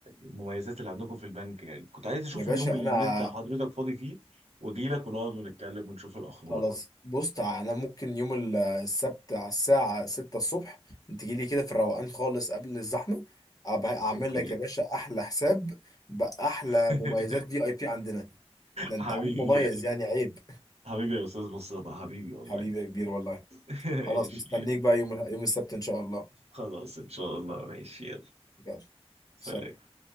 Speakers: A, on the right (about 85°); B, on the left (about 35°).
A: المميزات اللي عندكم في البنك يعني كنت عايز اشوف
B: يا باشا
A: اليوم اللي
B: انا
A: انت حضرتك فاضي فيه واجي لك ونقعد ونتكلم ونشوف الاخبار
B: خلاص بص تع- انا ممكن يوم ال- السبت على الساعة 6 الصبح تجي لي كده في الروقان خالص قبل الزحمة أبع- اعمل
A: اوكي
B: لك يا باشا احلى حساب باحلى
A: <laughs>
B: مميزات في اي بي عندنا ده انت
A: حبيبي
B: عميل مميز يعني عيب
A: حبيبي يا استاذ مصطفى حبيبي
B: <laughs>
A: والله
B: حبيبي يا كبير والله
A: <laughs> ماشي
B: خلاص مستنيك بقى يوم ال- يوم السبت ان شاء الله
A: خلاص ان شاء الله ماشي يلا
B: يلا
A: سلام
B: سلام